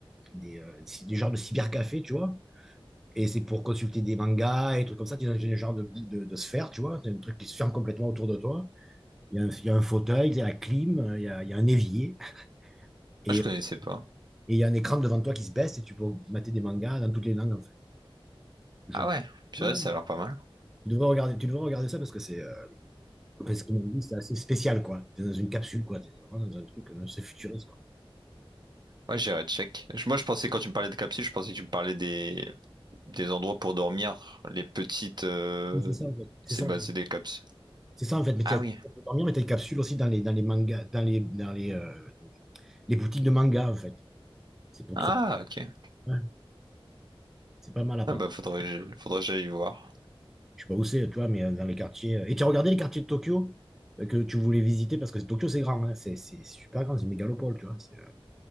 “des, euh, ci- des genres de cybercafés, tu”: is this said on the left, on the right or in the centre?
Centre